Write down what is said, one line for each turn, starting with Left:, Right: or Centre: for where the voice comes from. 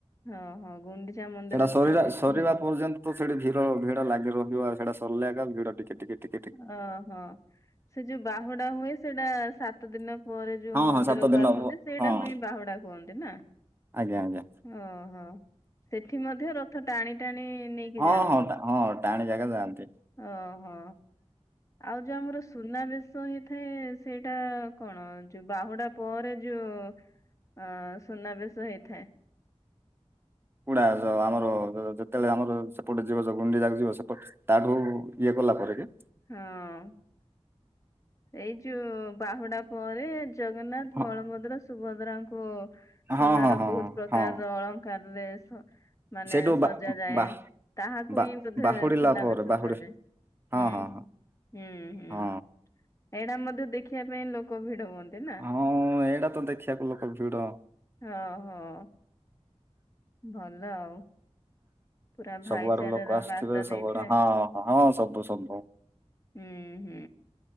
Left: ହଁ-ହଁ ଗୁଣ୍ଡିଚା ମନ୍ଦିର
Right: ସେଇଟା ସରିଲା
Left: <unintelligible>
Right: ସରିବା ପର୍ଯ୍ୟନ୍ତ ତ ସେଠି ଭିଡ଼-ଭିଡ଼ ଲାଗି ରହିବ ଆଉ ସେଟା ସରିଲା ଏକା ଭିଡ ଟିକେ-ଟିକେ-ଟିକେ
Left: ହଁ-ହଁ ସେ ଯୋଉ ବାହୁଡା ହୁଏ ସେଇଟା ସାତ ଦିନ ପରେ ଯୋଉ
Right: ହଁ
Left: ମନ୍ଦିରକୁ
Right: ହଁ ସାତ ଦିନ
Left: ଆସନ୍ତି
Right: ହବ
Left: ସେଇଟାକୁ
Right: ହଁ
Left: ହିଁ ବାହୁଡା କୁହନ୍ତି ନା?
Right: ଆଜ୍ଞା ଆଜ୍ଞା
Left: ଓହୋ ସେଠି ମଧ୍ୟ ରଥ ଟାଣି-ଟାଣି ନେଇକି
Right: ହଁ-ହଁ-ହଁ
Left: ଯାଆନ୍ତି ବୋଧେ।
Right: ଟାଣି ଜାଗା ଯାଆନ୍ତି।
Left: ଓହୋ। ଆଉ ଯୋଉ ଆମର ସୁନାବେେଶ ହେଇଥାଏ ସେଇଟା କଣ ଯୋଉ ବାହୁଡା ପରେ ଯୋଉ ଅ ସୁନାବେଶ ହେଇଥାଏ
Right: କୁଡା ଯ ଆମର ଯେତେବେଳେ ଆମର ସେପଟେ ଯିବ ଯ ଗୁଣ୍ଡି ଯାକ ଯିବ ସେପଟ ତାଠୁ ଇଏ କଲା ପରେ କି।
Left: ହଁ। ଏଇ ଯୋଉ ବାହୁଡା ପରେ ଜଗନ୍ନାଥ,
Right: ହଁ
Left: ବଳଭଦ୍ର, ସୁଭଦ୍ରାଙ୍କୁ ସୁନାର
Right: ହଁ ହଁ ହଁ
Left: ବହୁତ୍ ପ୍ରକାରର
Right: ହଁ
Left: ଅଳଙ୍କାରରେ ମାନେ
Right: ସେଇଠୁ ବା
Left: ସଜା ଯାଏ
Right: ବା
Left: ତାହାକୁ
Right: ବା
Left: ହିଁ ବୋଧେ
Right: ବାହୁଡିଲା
Left: ସୁନାବେଶ
Right: ପରେ ବାହୁଡି
Left: କୁହାଯାଏ।
Right: ହଁ
Left: ହୁଁ-ହୁଁ
Right: ହଁ
Left: ହୁଁ-ହୁଁ
Right: ହଁ
Left: ଏଇଟା ମଧ୍ୟ ଦେଖିବା ପାଇଁ ଲୋକ ଭିଡ ହୁଅନ୍ତି। ନା।
Right: ହଁ ଏଇଟା ତ ଦେଖିବାକୁ ଲୋକ ଭିଡ।
Left: ହଁ-ହଁ। ଭଲ ଆଉ। ପୁରା ଭାଇଚାରାର
Right: ସବୁଆଡୁ ଲୋକ ଆସିଥିବେ
Left: ବାର୍ତ୍ତା ଦେଇଥାଏ।
Right: ସବୁଆଡ ହାଁ ହଁ ସବୁ-ସବୁ
Left: ହୁଁ-ହୁଁ।